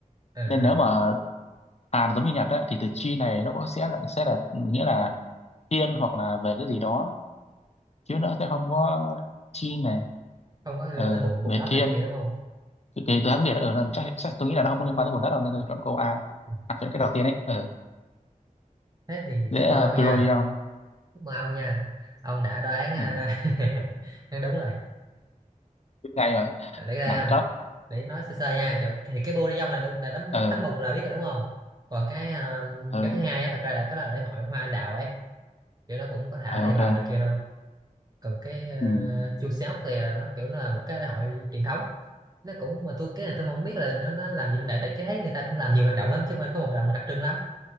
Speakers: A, on the right; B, on the left.
A: à à.
B: Nên nếu mà Hàn giống như Nhật ấy, thì từ chi này nó có sẽ là sẽ là nghĩa là thiên hoặc là về cái gì đó chứ nó sẽ không có chi này
A: không có liên
B: ừ,
A: quan tới bụng bụng
B: về
A: đất
B: thiên
A: này kia đúng không
B: cái, cái đoán Việt ở nó chắc, chắc tôi nghĩ là nó không có liên quan tới vùng đất đâu nên tôi chọn câu A
A: Ừ.
B: à, chọn cái đầu tiên ấy ờ
A: thế thì
B: dễ
A: chúc mừng
B: à,
A: ông nha
B: Pyongyang
A: chúc mừng ông nha ông đã đoán à,
B: ừ.
A: <laughs> đoán đúng rồi
B: biết ngay rồi
A: để ra
B: đẳng cấp
A: để nói sơ sơ nha kiểu thì cái bu dong là đúng là tấm
B: ờ
A: tấm bùn là biết rồi đúng không còn cái um,
B: ờ
A: cái thứ hai á, thật ra là có là lễ hội hoa anh đào ấy kiểu nó cũng có thả
B: ờ
A: đèn
B: ok
A: lồng này kia luôn còn cái
B: ừ.
A: uh, chua sóc thì là nó kiểu nó là một cái lễ hội truyền thống nó cũng mà tôi cái này tôi không biết là nó nó làm gì trong đại tại cái thấy người ta cũng làm nhiều hoạt động lắm chứ không phải có một hoạt động mà đặc trưng lắm